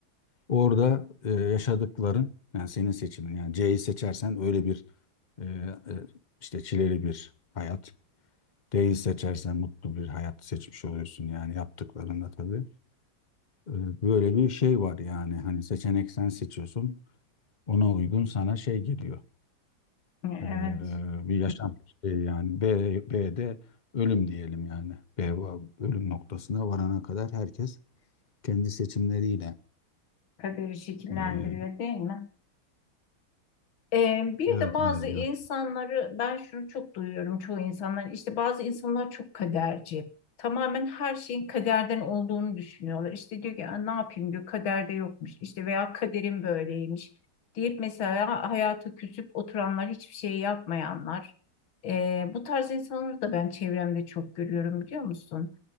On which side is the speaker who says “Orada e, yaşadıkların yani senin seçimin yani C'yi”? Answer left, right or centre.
Left